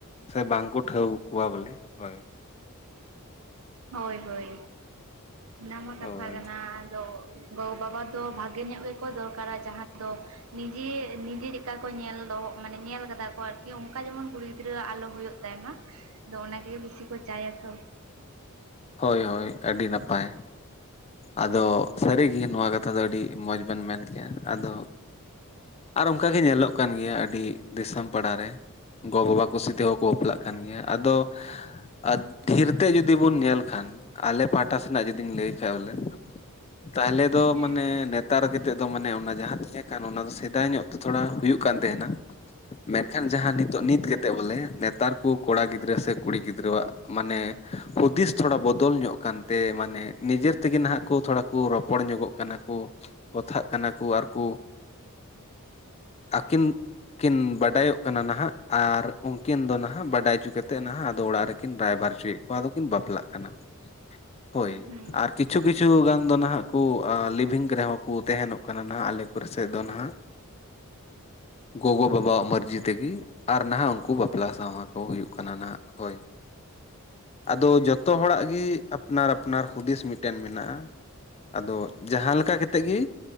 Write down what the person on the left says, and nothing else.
ᱥᱮ ᱵᱟᱝ ᱠᱚ ᱴᱷᱟᱹᱣ ᱠᱚᱣᱟ ᱵᱚᱞᱮ ᱦᱳᱭ᱾
ᱦᱳᱭ
ᱦᱳᱭ ᱦᱳᱭ ᱟᱹᱰᱤ ᱱᱟᱯᱟᱭ ᱟᱫᱚ᱾ ᱥᱟᱹᱨᱤ ᱜᱮ ᱱᱚᱣᱟ ᱠᱟᱛᱷᱟ ᱫᱚ ᱟᱹᱰᱤ ᱢᱚᱸᱡᱽ ᱵᱮᱱ ᱢᱮᱱ ᱠᱮᱭᱟ᱾ ᱟᱫᱚ ᱟᱨ ᱚᱱᱠᱟ ᱜᱮ ᱧᱮᱞᱚᱜ ᱠᱟᱱ ᱜᱮᱭᱟ, ᱟᱹᱰᱤ ᱫᱤᱥᱚᱢ ᱯᱟᱲᱟ ᱨᱮ ᱜᱚᱼᱵᱟᱵᱟ ᱠᱩᱥᱤ ᱛᱮᱦᱚᱸ᱾ ᱵᱟᱯᱞᱟᱜ ᱠᱟᱱ ᱜᱮᱭᱟ᱾ᱟᱫᱚ ᱟᱛᱠᱤᱨ ᱛᱮ ᱡᱩᱫᱤ ᱵᱚᱱ ᱧᱮᱞ ᱠᱷᱟᱱ ᱟᱞᱮ ᱯᱟᱦᱴᱟ ᱥᱮᱱᱟᱜ ᱡᱩᱫᱤᱧ ᱞᱟᱹᱭ ᱠᱷᱟᱡ ᱵᱚᱞᱮ ᱛᱟᱦᱚᱞᱮ ᱫᱚ
ᱢᱟᱱᱮ᱾ ᱠᱟᱨ ᱠᱟᱛᱮᱫ ᱫᱚ ᱢᱟᱱᱮ ᱚᱱᱟ ᱡᱟᱦᱟᱸ ᱛᱟᱦᱮᱸ ᱠᱟᱱ ᱚᱱᱟ ᱫᱚ ᱥᱮᱫᱟᱭ ᱧᱚᱜ ᱛᱮ ᱛᱷᱚᱲᱟ ᱦᱩᱭᱩᱜ ᱠᱟᱱ ᱛᱟᱦᱮᱱᱟ᱾ ᱢᱮᱱᱠᱷᱟᱱ ᱡᱟᱦᱟᱸ ᱱᱤᱛᱚᱜ ᱱᱤᱛ ᱠᱟᱛᱮᱫ ᱵᱚᱞᱮ, ᱱᱮᱛᱟᱨ ᱠᱚ ᱠᱚᱲᱟ ᱜᱤᱫᱽᱨᱟᱹ ᱥᱮ ᱠᱩᱲᱤ ᱜᱤᱫᱽᱨᱟᱹᱣᱟᱜ᱾ ᱢᱟᱱᱮ ᱦᱩᱫᱤᱥ ᱛᱷᱚᱲᱟ ᱵᱚᱫᱚᱞ ᱧᱚᱜ ᱠᱟᱱᱛᱮ ᱢᱟᱱᱮ ᱱᱤᱡᱮ ᱛᱮᱜᱮ ᱱᱟᱦᱟᱜ ᱠᱚ ᱛᱷᱚᱲᱟ ᱠᱚ ᱨᱚᱯ ᱨᱚᱯᱚᱲ ᱧᱚᱜᱚᱜ ᱠᱟᱱᱟ ᱠᱚ ᱠᱚᱛᱷᱟᱜ ᱠᱟᱱᱟ ᱠᱚ ᱟᱨ ᱠᱚ ᱟᱹᱠᱤᱱ ᱠᱤᱱ ᱵᱟᱰᱟᱭᱚᱜ ᱠᱟᱱᱟ ᱱᱟᱦᱟᱜ ᱟᱨ ᱩᱱᱠᱤᱱ ᱫᱚ ᱱᱟᱦᱟᱜ ᱵᱟᱰᱟᱭ ᱦᱚᱪᱚ ᱠᱟᱛᱮᱫ ᱱᱟᱦᱟᱜ, ᱟᱫᱚ ᱚᱲᱟᱜ ᱨᱮᱠᱤᱱ ᱨᱟᱹᱭᱵᱟᱨ ᱚᱪᱚᱭᱮᱫ ᱟᱫᱚ ᱠᱤᱱ ᱵᱟᱯᱞᱟᱜ ᱠᱟᱱᱟ ᱦᱳᱭ
ᱟᱨ ᱠᱤᱪᱷᱩ ᱠᱤᱪᱷᱩ
ᱜᱟᱱ ᱫᱚ᱾ ᱱᱟᱦᱟᱜ ᱠᱚ ᱞᱤᱵᱷᱤᱝ ᱨᱮᱦᱚᱸ ᱠᱚ ᱛᱟᱦᱮᱱᱚᱜ ᱠᱟᱱᱟ ᱱᱟᱦᱟᱜ ᱟᱞᱮ ᱠᱚᱨᱮ ᱥᱮᱫ ᱫᱚ ᱱᱟᱦᱟᱜ᱾ ᱜᱚᱜᱚ ᱵᱟᱵᱟᱣᱟᱜ ᱢᱟᱨᱡᱤ ᱛᱮᱜᱮ ᱟᱨ ᱱᱟᱦᱟᱜ ᱩᱱᱠᱩ ᱵᱟᱯᱞᱟ ᱥᱟᱶᱦᱟ ᱠᱚ ᱦᱩᱭᱩᱜ ᱠᱟᱱᱟ ᱱᱟᱦᱟᱜ᱾ ᱦᱳᱭ᱾ᱟᱫᱚ ᱡᱚᱛᱚ
ᱦᱚᱲᱟᱜ ᱜᱮ᱾ ᱟᱯᱱᱟᱨ ᱟᱯᱱᱟᱨ ᱦᱩᱫᱤᱥ ᱢᱤᱫᱴᱮᱱ ᱢᱮᱱᱟᱜᱼᱟ᱾ᱟᱫᱚ ᱡᱟᱦᱟᱸ ᱞᱮᱠᱟ ᱠᱟᱛᱮᱫ ᱜᱮ᱾